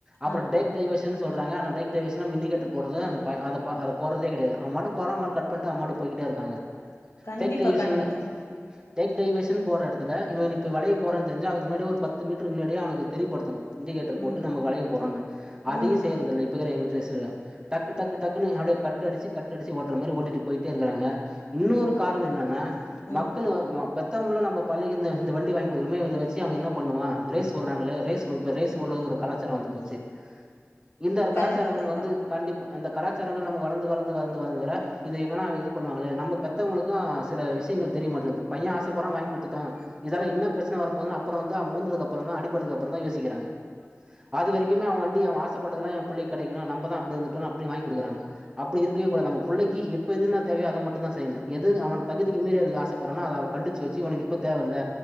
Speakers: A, on the right; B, on the left.
A: அப்றொ
B: ஆமா.
A: டேக் டைவர்ஷன் சொல்றாங்க ஆனா டெக் டைவர்ஷன் நம்ம இன்டிகேடர் போடுறது அத பய அத பய அத போடுறதே கெடையாது அவ பாட்டுக்கு போறா அவ பாட் கட் பண்ட்டு அவ பாட்டுக்கு போய்கிட்டே இருக்காங்க
B: கண்டிப்பா,
A: டேக் டைவர்ஷன்னு
B: கண்டிப்பா.
A: டேக் டைவஷன் போட்ற எடத்துல இவ இப்ப வலைய போறான் தெரிஞ்சா அதுக்கு முன்னாடியே ஒரு பத்து மீட்டருக்கு முன்னாடிய அவனுக்கு தெரியப்படுத்தனு இண்டிகேட்டர் போட்டு
B: ம்.
A: நம்ம வலைய போறோன்னு
B: ம்.
A: அதையு செய்றதில்ல இப்போக்கற எங்ரேஸ்சரு டக்கு டக்கு டக்குன்னு அப்டியே கட்டு அடிச்சி கட்டு அடிச்சி ஓட்ற மாரி ஓட்டிட்டு போயிட்டே இருக்குறாங்க இன்னோரு காரண என்னன்னா
B: ம்.
A: மக்கள் வந் ம பெத்தவங்களு நம்ம பள்ளிக்கு இந்த இந்த வண்டி வாங்கி குடுக்குறோமே இத வச்சு அவ என்ன பண்ணுவா ரேஸ் உடுறாங்களே ரேஸ் இப்ப ரேஸ் உடுற ஒரு கலா சாரோ வந்து போச்சு இந்த கலாச்சாரங்கள்
B: கண்டிப்பா.
A: வந்து கண்டிப்பா அந்த கலாச்சாரங்கள் நம்ம வளந்து வளந்து வளந்து வளந்து வர இது எங்கனா இது பண்ணுவாங்களே நம்ப பெத்தவங்களுக்கு சில விஷயங்கள் தெரிமாட்டுது பைய ஆசப்படுறா வாங்கி குடுத்துட்டோ இதால என்ன பிரச்சன வரப்போதுனு அப்றோ வந்து அவ வுழுந்தது அப்றோ தா அடிபட்டதுக்கு அப்றோ தா யோசிக்றாங்க அது வரைக்குமே அவ வண்டிய அவ ஆசப்பட்டதல்லா என் புள்ளைக்கு கெடைக்கணோ நம்பதா அப்டி இருந்துட்டோ அப்டின் வாங்கி குடுக்குறாங்க அப்டி இருக்கவே கூடாது நம்ப புள்ளைக்கு இப்ப எதுனா தேவயோ அத மட்டுதா செய்யனு எது அவன தகுதிக்கு மீறி அது ஆசப்பறானோ அத அவ கண்டிச்சி வச்சு இவனுக்கு இப்ப தேவல்ல